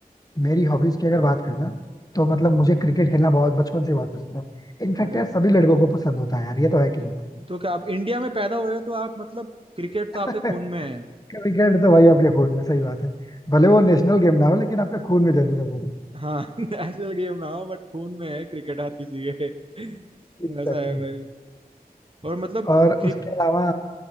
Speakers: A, on the left; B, on the right.
A: मेरी हॉबीज की अगर बात करना तो मतलब मुझे क्रिकेट खेलना बहुत बचपन से बहुत पसंद है इनफैक्ट
B: अरे
A: यार सभी लड़कों को पसंद होता है यार ये तो है कि
B: तो,
A: नहीं
B: तो क्या आप इंडिया में पैदा हुए हो तो आप मतलब क्रिकेट तो आपके
A: <laughs>
B: खून में है
A: क्रिकेट तो भाई आपके खून में सही बात है भले वो नेशनल गेम ना हो लेकिन आपके खून में जरूर है वो
B: हाँ <laughs> नेशनल गेम ना हो बट खून में है क्रिकेट हर किसी के <laughs>
A: एग्जैक्टली
B: ऐसा है भाई और मतलब
A: और
B: क्रिक
A: उसके अलावा